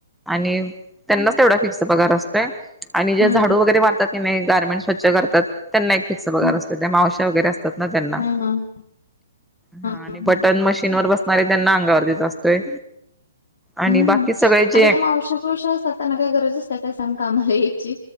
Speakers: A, in the centre; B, on the left.
A: आणि त्यांनाच तेवढा फिक्स पगार असतोय आणि जे
B: हम्म
A: झाडू वगैरे मारतात की नाही गार्मेंट स्वच्छ करतात. त्यांना एक फिक्स पगार
B: हम्म हम्म
A: असतो त्या मावश्या वगैरे असतात ना त्यांना.
B: हम्म हम्म हम्म
A: हा
B: हम्म
A: आणि बटन
B: हम्म
A: मशीन वर बसणारे त्यांना अंगावरतीच असतोय. आणि
B: हम्म
A: बाकी सगळे जे
B: आता त्या मावश्या बीवश्या असतात त्यांना काय गरज असते काय सांग कामाला यायची.